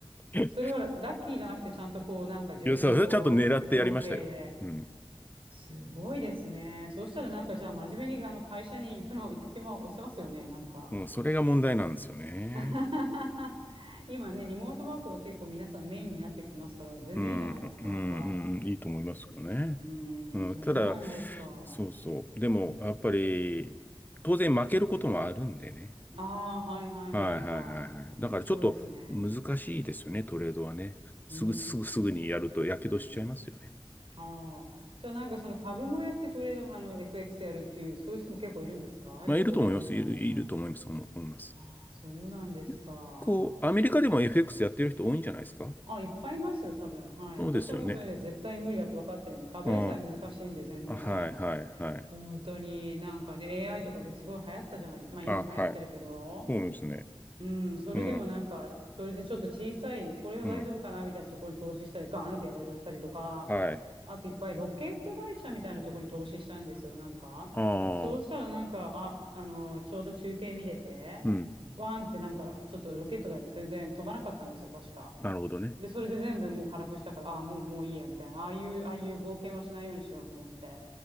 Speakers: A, on the left (about 20°); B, on the right (about 70°).
A: <laughs>
B: それはラッキーじゃなくて、ちゃんとこう、なんか自分のこう、
A: いや、それはちゃんと狙ってやりましたよ。
B: 統計で。
A: うん。
B: すごいですね。そうしたらなんかじゃあ真面目にあの会社に行くの、行く気も失せますよね、なんか。
A: もうそれが問題なんですよね。
B: <laughs> 今ね、リモートワークが結構皆さんメインになってきてますから、全然いいじゃないですか、
A: うん、うん、うん、
B: なんか。
A: うんいいと思いますけどね。
B: うーん、
A: うん、
B: そうなんですか。
A: ただ、そうそう。でも、やっぱり、当然負けることもあるんでね。
B: ああ、はいはいはいはい。
A: はいはいはいはい。だからちょっと難しいですよね、
B: そうですね。
A: トレードはね。すぐ、
B: うー
A: すぐ、すぐにやると火傷しちゃいますよね。
B: ん。ああ。じゃあなんかその株もやってトレードも、あの、FX やるっていう、そういう人も結構いるんですか両方やるみたいな人も。
A: まあ、いると思います。いる、いると思います。思思います。
B: ああ、そうなんですか。
A: 結構、アメリカでも FX やってる人多いんじゃないですか
B: あ、いっぱいいますよ、多分。はい。
A: そうですよね。
B: 私はもうそれね、絶対に無理だって分かってるんで、株でさえ難しいんで、
A: うん。
B: 全然。
A: あはいはいはい。
B: 本当になんかね、AI とかですごい流行ったじゃない、まあ今も流行ってるけど、
A: あ、はい。そうですね。
B: うん、それでもなんか、
A: うん。
B: それでちょっと小さい、これは大丈夫かなみたいなところに投資したり、
A: うん。
B: ガーンってやられちゃったりとか、
A: はい。
B: あといっぱいロケット会社みたいなところに投資したんですよ、なんか。
A: あ
B: そうしたらなんか、
A: あ、
B: あ、あの、ちょうど中継見てて、
A: うん。
B: バーンってなんか、ちょっとロケットが全然飛ばなかったんですよ、確か。
A: なるほどね。
B: で、それで全部もう辛くしたから、ああ、もうもういいや、みたいな、ああいう、ああいう冒険はしないようにしようと思って。